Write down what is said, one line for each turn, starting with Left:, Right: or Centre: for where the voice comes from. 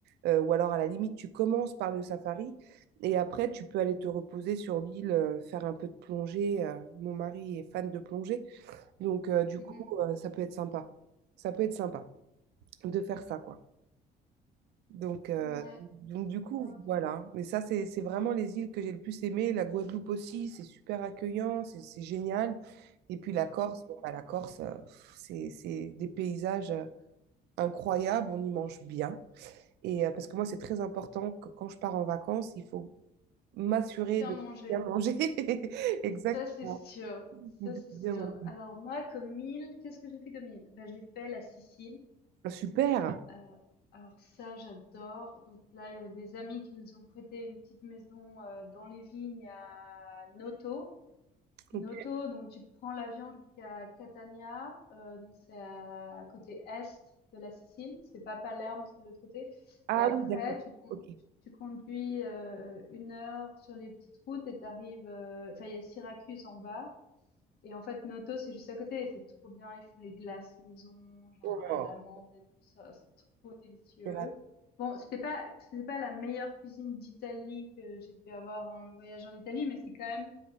Right: Euh, ou alors à la limite tu commences par le safari et après tu peux aller te reposer sur l'île, euh, faire un peu de plongée. Euh, mon mari est fan de plongée, donc euh, du
Left: Mhm.
Right: coup euh, ça peut être sympa, ça peut être sympa de faire ça quoi. Donc, euh,
Left: Ouais,
Right: donc
Left: ça
Right: du coup,
Left: a l'air
Right: voilà. Mais ça, c'est, c'est vraiment les îles que j'ai le plus aimées. La Guadeloupe aussi, c'est super accueillant, c'est c'est génial. Et puis la Corse,
Left: mhm.
Right: bon, bah, la Corse, euh, pff, c'est c'est des paysages euh, incroyables, on y mange bien. Et euh, parce que moi, c'est très important que quand je pars en vacances, il faut m'assurer
Left: bien
Right: de
Left: manger.
Right: bien manger. <laughs> Exactement.
Left: Ça, c'est sûr. Ça,
Right: de
Left: c'est sûr.
Right: bien manger.
Left: Alors, moi, comme île, qu'est-ce que j'ai fait comme île? Ben, j'ai fait la Sicile.
Right: Ah, Super.
Left: Euh, alors, ça, j'adore. Donc, là, il y avait des amis qui nous ont prêté une petite maison euh, dans les vignes à Noto. Noto,
Right: Ok.
Left: donc tu prends l'avion jusqu'à Catania, heu, donc c'est à à côté est de la Sicile, c'est pas Palerme, c'est de l'autre côté
Right: Ah
Left: et après
Right: oui, d'accord.
Left: tu con
Right: Ok.
Left: tu tu conduis, heu, 1 heure sur les petites routes et t'arrives. arrives, enfin il y a Syracuse en bas et en fait Noto, c'est juste à côté et c'est trop bien, ils font les glaces maison, genre
Right: Oh,
Left: à l'amande et tout ça, c'est trop délicieux.
Right: c'est la-
Left: Bon, c'était pas c'était pas la meilleure cuisine d'Italie que j'ai pu avoir en voyage en Italie, mais c'est quand même